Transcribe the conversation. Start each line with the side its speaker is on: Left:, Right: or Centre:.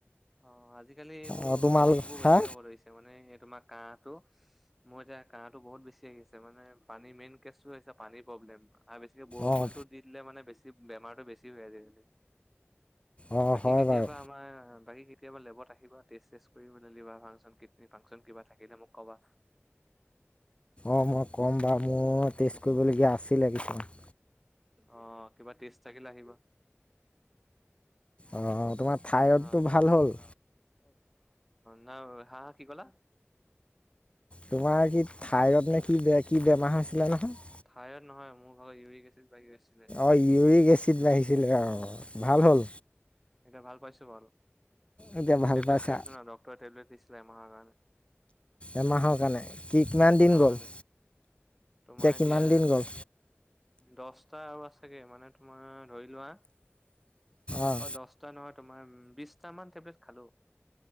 Centre: অ' আজিকালি এইবোৰ
Left: আৰু তোমালোক
Centre: কফবোৰ বেছি
Left: হা
Centre: হ'ব ধৰিছে, মানে এই তোমাৰ কাহটো। মোৰ এতিয়া কাহটো বহুত বেছি আহি আছে, মানে পানীৰ মেইন কেচটো হৈছে পানীৰ প্ৰব্লেম। আৰু বেছিকে বৰষুণটো
Left: অঁ
Centre: দি দিলে মানে বেছি বেমাৰটো বেছি হৈ আজি কালি।
Left: অঁ
Centre: বাকী
Left: হয়
Centre: কেতিয়াবা
Left: বাৰু
Centre: আমাৰ বাকী কেতিয়াবা লেবত আহিবা, টেষ্ট চেষ্ট কৰিবলে লিভাৰ ফাংচন, কিডনী ফাংচন কিবা থাকিলে মোক ক'বা।
Left: অঁ মই ক'ম বাও, মোৰ টেষ্ট কৰিবলগীয়া আছিলে কিছুমান।
Centre: অ' কিবা টেষ্ট থাকিলে আহিবা।
Left: অঁ তোমাৰ থাইৰডটো
Centre: অ
Left: ভাল হ'ল?
Centre: নাই, হা কি কলা?
Left: তোমাৰ কি থাইৰড নে কি বে, কি বেমাৰ হৈছিলে নহয়?
Centre: থাইৰড নহয়, মোৰ ভাগৰ ইউৰিক এচিড বাঢ়ি গৈছিলে।
Left: অঁ ইউৰিক এচিড বাহিছিলে অ', ভাল
Centre: অ
Left: হ'ল?
Centre: এতিয়া ভাল পাইছো বাৰু।
Left: এতিয়া ভাল
Centre: টেবলেট
Left: পাইছা
Centre: খাই আছোঁ ন, ডক্টৰে টেবলেট দিছিলে এমাহৰ কাৰণে।
Left: এমাহৰ কাৰণে কি কিমান
Centre: এমাহৰ
Left: দিন গ'ল?
Centre: কাৰণে তোমাৰ এতিয়া
Left: কিমান দিন গ'ল
Centre: দশ। টা আৰু আছেগে মানে তোমাৰ ধৰি লোৱা।
Left: অঁ
Centre: অ' দহটা নহয় তোমাৰ বিশটা মান খালোঁ।